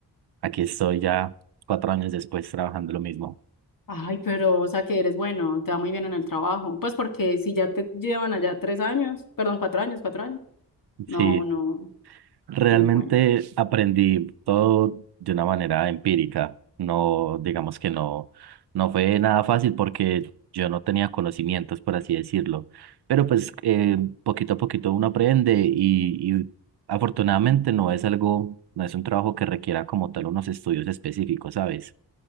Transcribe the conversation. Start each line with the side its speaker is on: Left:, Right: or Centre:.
Right: aquí estoy ya cuatro años después trabajando lo mismo.
Left: Ay, pero, o sea, que eres bueno, te va muy bien en el trabajo. Pues porque si ya te llevan allá tres años, perdón, cuatro años, cuatro años. No,
Right: Sí,
Left: no,
Right: Realmente
Left: muy bueno.
Right: aprendí todo de una manera empírica. No, digamos que no, no fue nada fácil porque yo no tenía conocimientos, por así decirlo. Pero pues eh, poquito a poquito uno aprende y, y afortunadamente no es algo, no es un trabajo que requiera como tal unos estudios específicos, ¿sabes?